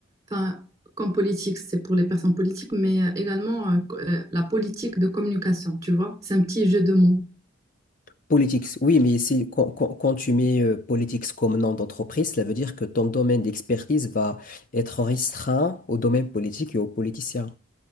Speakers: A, on the right; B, on the left.
A: enfin, comme politics, c'est pour les personnes politiques, mais euh, également euh, co- euh, la politique de communication, tu vois, c'est un petit jeu de mots.
B: Politics, oui, mais si, quand, quand- quand tu mets euh, Politics comme nom d'entreprise, cela veut dire que ton domaine d'expertise va être restreint au domaine politique et aux politiciens.